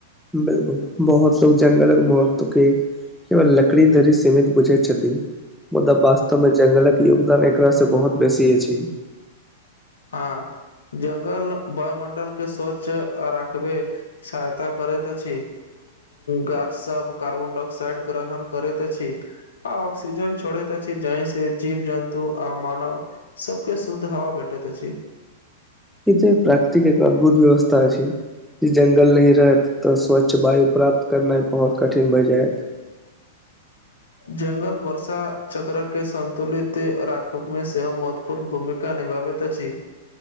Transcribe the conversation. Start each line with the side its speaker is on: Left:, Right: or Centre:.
Centre: बिलकुल! बहुत लोकोग जंगलक मौततुकी केवल लकड़ी धरी, सीमित बुझै छथि। मुदा वास्तवमे जंगलक योगदान एकरासँ बहुत बेसी अछि।
Left: हँ। जंगल वायुमंडलके स्वच्छ राखबे सहायता करैत अछि। गाछ सब कार्बन डाइऑक्साइड ग्रहण करैत अछि। आ आक्सिजन छोड़ैत अछि जाहि से जीव जन्तु आ मानव। सबके शुद्ध हवा भेटैत अछि।
Centre: इतऽ प्राकृतिकेँ एक अद्भुत व्यवस्था अछि। ई जंगल नइ रहैत तऽ स्वच्छ वायु प्राप्त करनाइ बहुत कठिन भए जायत।
Left: जंगल वर्षा चक्रके सन्तुलित राखबमे सेहो महत्व पूर्ण भूमिका निभाबैत अछि।